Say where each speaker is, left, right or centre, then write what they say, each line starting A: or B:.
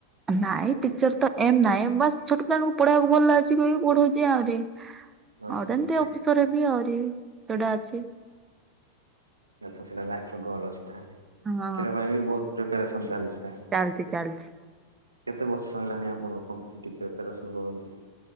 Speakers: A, on the right; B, on the right.
A: ନାଇଁ ଟିଚର୍ ତ ଏମ ନାଇଁ, ବାସ୍ ଛୋଟ ପିଲାମାନଙ୍କୁ <unintelligible> ଭଲ୍ ଲାଗୁ ଚି <unintelligible> ପଢଉଚି ଆହୁରି <unintelligible>
B: ଆଚ୍ଛା ଆଚ୍ଛା
A: ଏମ୍ତି ଅଫିସରେ ହେବି ଆହୁରି <unintelligible> ଅଛି।
B: ଆଚ୍ଛା ସେଟା ଲାଇଫ୍ ର ଗୋଲ୍ ଅଛି ତାହେଲେ,
A: ହଁ
B: ସେଇଟା ପାଇଁ ବି ବହୁତ ପ୍ରିପାରେସନ୍ ଚାଲିଛି। ତାହେଲେ।
A: ଚାଲ୍ଚି-ଚାଲ୍ଚି।
B: କେତେ ବର୍ଷ ହେଲାଣି ଆପଣ କମ୍ପିଟେଟିଭ୍ ପ୍ରିପାରେସନ୍ କରନ୍ତି?